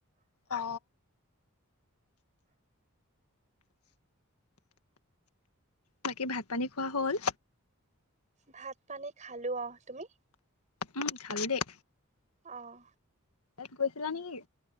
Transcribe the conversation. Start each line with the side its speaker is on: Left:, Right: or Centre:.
Left: অ বাকী ভাত পানী খোৱা হ'ল?
Right: ভাত পানী খালোঁ অ', তুমি?
Left: উম, খালোঁ দেই।
Right: অহ।
Left: <unintelligible> গৈছিলা নেকি?